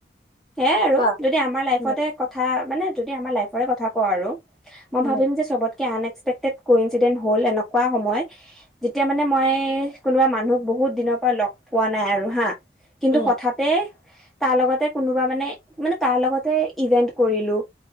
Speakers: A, in the centre; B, on the left.
A: সেয়াই আৰু
B: কোৱা
A: যদি আমাৰ লাইফতে
B: উম
A: <unintelligible>
B: উম
A: আন এক্সপেক্টেড ইডেট হল এনেকুৱা সময় যেতিয়া মানে মই কোনোবা মানুহক বহুত দিনৰ পৰা লগ পোৱা নাই আৰু হা কিন্তু
B: উম
A: হঠাতে তাৰ লগতে কোনোবা মানে মানে তাৰ লগতে ইভেন্ট কৰিলো